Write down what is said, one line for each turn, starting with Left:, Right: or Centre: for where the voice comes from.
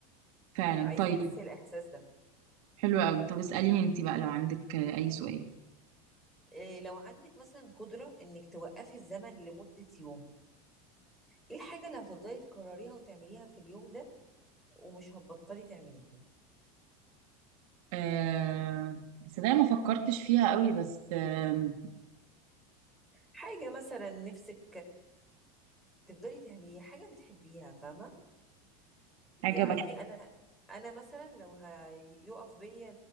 Right: فعلا
Centre: عايزة
Right: طيب
Centre: أحس الإحساس ده
Right: حلو قوي طب اساليني انت بقى لو عندك آه، اي سؤال
Centre: إيه لو عندك مثلا قدرة إنك توقفي الزمن لمدة يوم إيه الحاجة اللي هتفضلي تكرريها وتعمليها في اليوم ده ومش هتبطلي تعمليها
Right: آه صدق ما فكرتش فيها قوي بس آه
Centre: حاجة مثلا نفسك تفضلي تعمليها حاجة بتحبيها فاهمة يعني
Right: حاجة بقى
Centre: انا انا مثلا لو هيقف بيا